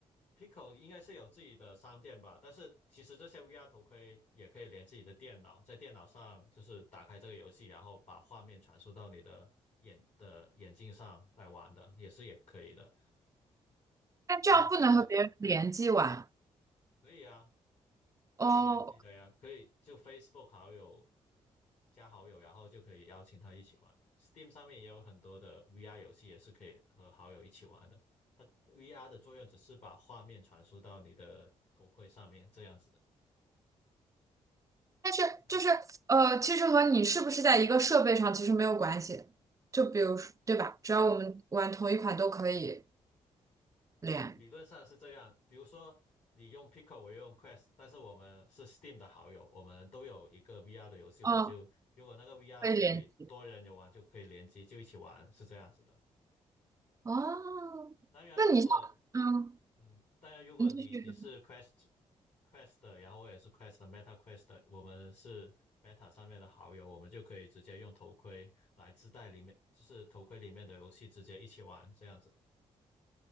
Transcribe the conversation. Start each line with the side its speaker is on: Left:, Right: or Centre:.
Left: Pico 应该是有自己的商店吧，但是其实这些 VR 头盔也可以连自己的电脑，在电脑上就是打开这个游戏，然后把画面传输到你的眼的眼镜上来玩的，也是也可以的。
Right: 但这样不能和别人联机玩。
Left: 嗯，还有可以啊，可以联机的呀，
Right: 哦
Left: 可以就 Facebook 好友加好友，然后就可以邀请他一起玩。Steam 上面也有很多的 VR 游戏，也是可以和好友一起玩的。它 VR 的作用只是把画面传输到你的头盔上面，这样子。
Right: 但是就是呃，
Left: 哦，
Right: 其实和你是不是在一个设备上其实没有关系。就比如说，对吧？只要我们玩同一款都可以连，
Left: 那你理论上是这样。比如说，你用 Pico，我用 Quest，但是我们是 Steam 的好友，我们都有一个 VR 的游戏，
Right: 嗯，
Left: 我们就如果那个 VR
Right: 可以连。
Left: 是可以多人游玩，就可以联机，就一起玩，是这样子的。
Right: 哦，
Left: 当然，
Right: 那你像，
Left: 如果
Right: 嗯，
Left: 嗯，当然，如果你你是
Right: 你继续说
Left: Quest Quest 的，然后我也是 Quest 的 Meta Quest 的，我们是 Meta 上面的好友，我们就可以直接用头盔来自带里面，就是头盔里面的游戏直接一起玩，这样子。